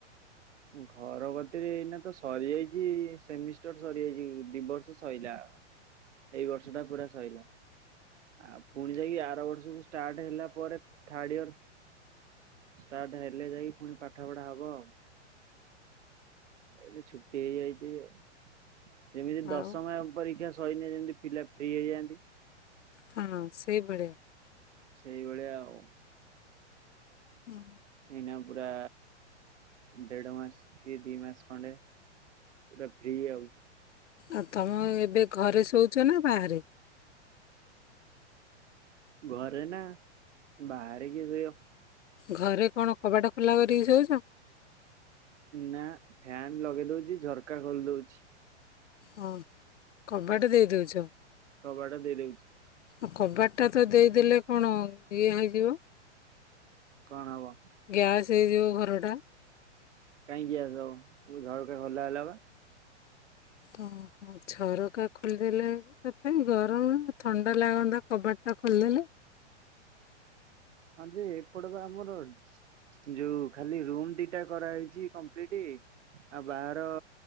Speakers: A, on the right (about 80°); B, on the left (about 80°).
A: ଘର ଗତିରେ ଏଇନା ତ ସରିଯାଇଚି। ସେମିଷ୍ଟର ସରିଯାଇଚି। ଦି ବର୍ଷ ସଇଲା। ଏଇ ବର୍ଷ ଟା ପୁରା ସଇଲା। ଆଉ, ପୁଣି ଯାଇକି ଆର ବର୍ଷକୁ ଷ୍ଟାର୍ଟ ହେଲା ପରେ, ଥାର୍ଡ ଇୟର ଷ୍ଟାର୍ଟ ହେଲେ ଯାଇକି ପୁଣି ପାଠ ପଢା ହବ ଆଉ। ଏଇନେ ଛୁଟି ହେଇଯାଇଚି ଆଉ। ଯେମିତି ଦଶମ
B: ଆଉ
A: ଆ ପରୀକ୍ଷା ସଇଲେ ଯେମିତି ଫିଲ ଅପ ହେଇ ହେଇଯାଆନ୍ତି
B: ହଁ ସେଇ ଭଳିିଆ।
A: ସେଇଭଳିଆ ଆଉ।
B: ହୁଁ।
A: ଏଇନା ପୁରା ଦେଢ ମାସ, କି ଦି ମାସ, ଖଣ୍ଡେ ପୁରା ଫ୍ରି ଆଉ।
B: ଆଉ ତମ ଏବେ ଘରେ ଶୋଉଚ ନା ବାହାରେ?
A: ଘରେ ନା। ବାହାରେ କିଏ ଶୋଇବ?
B: ଘରେ କଣ, କବାଟ ଖୋଲା କରିକି ଶୋଉଚ?
A: ନା, ଫ୍ୟାନ୍ ଲଗେଇ ଦଉଚି, ଝରକା ଖୋଲି ଦଉଚି।
B: ହଁ। କବାଟ ଦେଇଦଉଚ?
A: କବାଟ ଦେଇ ଦଉଛି
B: ହଁ କବାଟଟା ତ ଦେଇଦେଲେ କଣ ଇଏ ହେଇଯିବ?
A: କଣ ହବ?
B: ଗ୍ୟାସ୍ ହେଇଯିବ ଘରଟା।
A: କାଇଁ ଗ୍ୟାସ୍‌ ହବ? ପୁଣି ଝରକା ଖୋଲା ହେଲା ବା।
B: ଓହୋ ଝରକା ଖୋଲିଦେଲେ କାଇଁ ଗରମ, ଥଣ୍ଡା ଲାଗନ୍ତା କବାଟ ଟା ଖୋଲିଦେଲେ।
A: ହଁ ଯେ ଏପଟ ବା ଆମର ଯୋଉ ଖାଲି ରୁମ୍ ଦିଟା କରାହେଇଚି କମ୍ପ୍ଲିଟି। ଆଉ ବାହାର